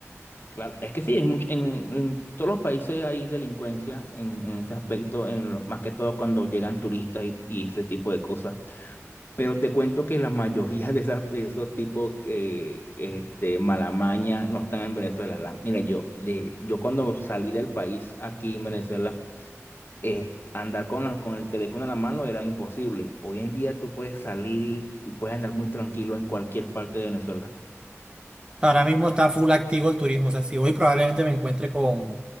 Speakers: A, on the left; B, on the right.
A: Claro, es que sí, es mucho, en, en todos los países hay delincuencia en, en ese aspecto, en lo- más que todo cuando llegan turistas y, y ese tipo de cosas. Pero te cuento que la mayoría de, esas, de esos tipos que este, malamaña no están en Venezuela. La- mira, yo, de, yo cuando salí del país aquí en Venezuela, eh, andar con, la- con el teléfono en la mano era imposible. Hoy en día tú puedes salir y y puedes andar muy tranquilo en cualquier parte de Venezuela.
B: Ahora mismo está full activo el turismo, o sea, si voy probablemente me encuentre con, o